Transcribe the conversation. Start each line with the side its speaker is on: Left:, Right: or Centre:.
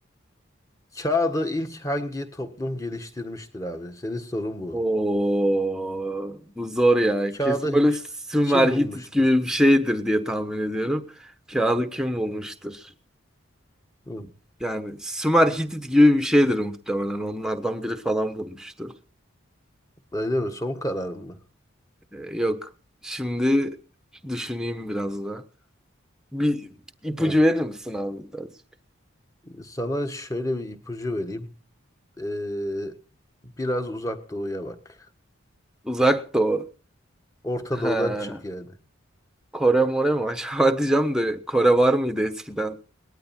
Left: Kağıdı ilk hangi toplum geliştirmiştir abi? Senin sorun bu.
Centre: Oo, bu zor ya.
Left: Kağıdı
Centre: Kesin böyle Sümer
Left: kim
Centre: Hitit
Left: bulmuştur?
Centre: gibi bir şeydir diye tahmin ediyorum. Kağıdı kim bulmuştur?
Left: Hı.
Centre: Yani Sümer Hitit gibi bir şeydir muhtemelen. Onlardan biri falan bulmuştur.
Left: Öyle mi? Son kararım mı?
Centre: Ee, Yok. Şimdi düşüneyim biraz da. Bir ipucu
Left: Heh.
Centre: verir misin abi birazcık?
Left: Sana şöyle bir ipucu vereyim. Ee, biraz uzak doğuya bak.
Centre: Uzak Doğu.
Left: Orta
Centre: Ha,
Left: doğudan çık yani.
Centre: Kore more mu acaba <laughs> diyeceğim de Kore var mıydı eskiden?